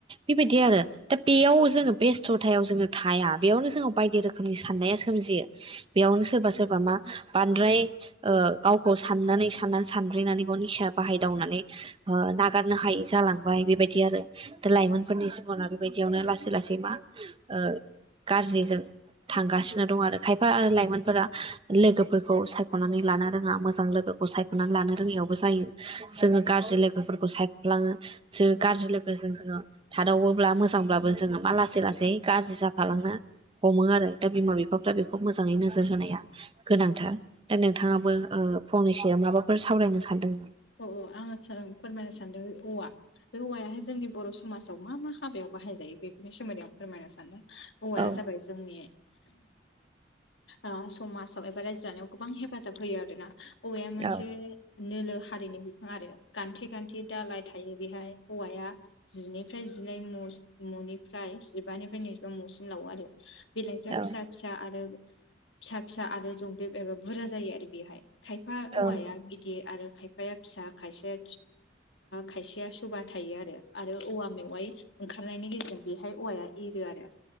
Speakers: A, on the right; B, on the left.
A: बेबायदि आरो दा बेयाव जोंङो बेस्थ'थायाव जोङों थाया बेयावनो जोंङो बायदि रोखोमनि साननाया सोमजियो। बेयावनो सोरबा सोरबा मा बांद्राय ओ गावखौ साननानै साननानै सानग्र्रिनानै गाव निसाया बाहायदावनानै ओ नागारनो हायै जालांबाय बेबायदि आरो दा लाइमोनफोरनि
B: औ
A: जिबना बेबायदियावनो लासै लासै मा ओ गाज्रिजों थांगासिनो दं आरो खायफा आरो लाइमोनफोरा लोगोफोरखौ सायख'नानै लानो रोङा मोजां लोगो खौ सायख'नानै लानो रोङियावबो जायो जोंङो गाज्रि लोगोफोरखौ सायख'लाङो सो गाज्रि लोगोजों जोंङा थादावोब्ला मोजांब्लाबो जोंङो मा लासै लासै गाज्रि जाफालांनो हमो आरो। दा बिमा बिफाफ्रा बेखौ मोजाङै नोजोर होनाया गोनांथार दा नोंथाङाबो ओ फंनैसोआव माबाफोर सावरायनो सान्दों
B: औ औ आङो फोरमायनो सानदों औवा बे औवायाहाय जोंनि बर' समाजाव मा मा हाबायाव बाहायजायो बेफोरनि सोमोन्दै आं फोरमायनो सानदों औवाया
A: औ
B: जाबाय जोंनि ओ समाजाव एबा रायजो जानायाव गोबां हेफाजाब होयो आरोना। औवाया मोनसे
A: औ
B: नोलो हारिनि बिफां आरो गान्थि गान्थि दालाय थायो बेहाय औवाया जिनिफ्राय जिनै न'निफ्राय जिबानिफ्राय नैजिबा न'सिम लावो आरो। बिलाइफ्रा
A: औ
B: फिसा फिसा आरो फिसा फिसा आरो जंबेब एबा बुरजा जायो आरो बेहाय खायफा
A: औ
B: औवाया गिदिर आरो खायफा खायफाया फिसा खायसेया खायसेया सुबा थायो आरो आरो औवा मेवाइ ओंखारनायनि गेजेरजों बेहाय औवाया एरो आरो।